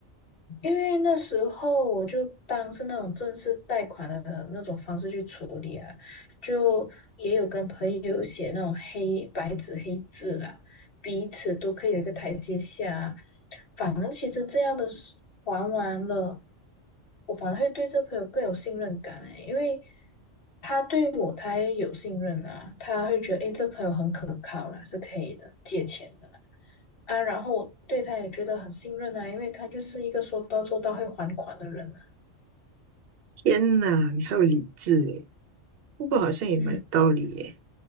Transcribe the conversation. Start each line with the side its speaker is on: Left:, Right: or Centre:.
Left: 因为那时候我就当是那种正式贷款的那种方式去处理啊，就也有跟朋友写那种黑白纸黑字啦，彼此都可以有一个台阶下啊。反正其实这样的是还完了，我反而会对这朋友更有信任感诶，因为他对我他也有信任啊，他会觉得诶，这朋友很可靠啦，是可以的，借钱的。啊，然后我对他也觉得很信任啊，因为他就是一个说到做到会还款的人啊。
Right: 天呐，你还有理智诶，不过好像也蛮有道理耶。
Left: 嗯，